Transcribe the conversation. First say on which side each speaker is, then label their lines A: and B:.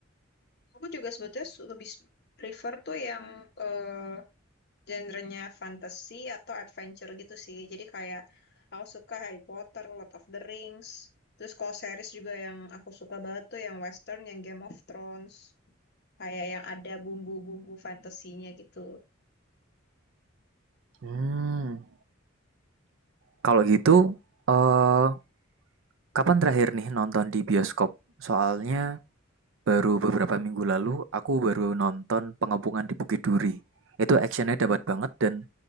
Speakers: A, on the left; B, on the right.
A: Aku juga sebetulnya su- lebih prefer tuh yang eh, genrenya fantasy atau adventure gitu sih. Jadi kayak aku suka Harry Potter, Lord of the Rings. Terus kalau series juga yang aku suka banget tuh yang western, yang Game of Thrones. Kayak yang ada bumbu-bumbu fantasinya gitu.
B: Hmm. kalau gitu eh kapan terakhir nih nonton di bioskop soalnya baru beberapa minggu lalu aku baru nonton Pengepungan di Bukit Duri itu actionnya dapat banget dan